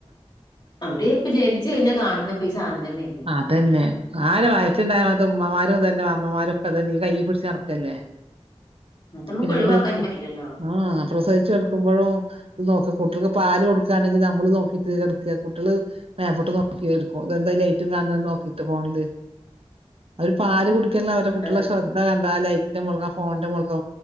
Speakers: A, on the left; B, on the right.
A: അവരപ്പം ജിനിച്ച് കഴിഞ്ഞാ കാണുന്നപ്പൊഈ സാധം തന്നെയാണ്.
B: അതതന്നെ ആര് വയച്ചുണ്ടായ അത് ഉമ്മ്മാരും അതന്നെ മാമമ്മമാരും ഒക്കെ തന്നെ ഈ കൈയ് പിടിച്ച് നടക്കല്ലേ.
A: അത് നമുക്ക്
B: പിന്നെ
A: ഒഴിവാക്കാനും പറ്റില്ലല്ലോ.
B: ആഹ പ്രസിച്ചു കേടക്ക നക്കുമ്പോഴും നോക്കുക കുട്ടികൾക്ക് പാല് കൊടുക്കുകയാണെങ്കിൽ നമ്മള് നോക്കിട്ട് കിടക്കുക കുട്ടികള് മാേപോട്ട് നോക്കികൊടുകും എന്താ ലൈറ്റും കാണന്ന്
A: ഉം.
B: നോക്കിട്ട് ഫോണില് അവര് പാല് കുടിക്കല്ല അവരുടെ കുട്ടികളെ
A: അതെ.
B: ശ്രദ്ധ എ കണ്ടാ ലൈറ്റിന്റെ മോള്ക്ക് ഫോണിന്റെ മുക്ക്.